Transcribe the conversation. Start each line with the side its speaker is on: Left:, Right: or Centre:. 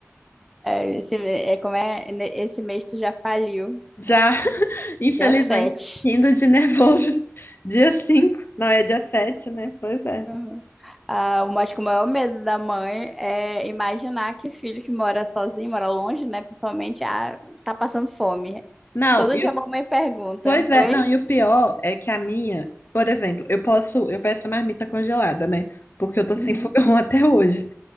Centre: É, Esse, é, como é, né, esse mês tu já faliu,
Left: Já, <laughs> infelizmente,
Centre: dia 7.
Left: indo de nervoso. <laughs> Dia 5? não é dia 7, né? Pois é.
Centre: Uhum. Ah, o- acho que o maior medo da mãe é imaginar que o filho que mora sozinho, mora longe, né, principalmente, ah, tá passando fome.
Left: Não,
Centre: Todo
Left: e
Centre: dia
Left: o-
Centre: a mamãe pergunta,
Left: pois é,
Centre: oi?
Left: não, e o pior é que a minha, por exemplo, eu posso, eu peço marmita congelada, né? Porque eu tô
Centre: Uhum.
Left: sem fogão <laughs> até hoje.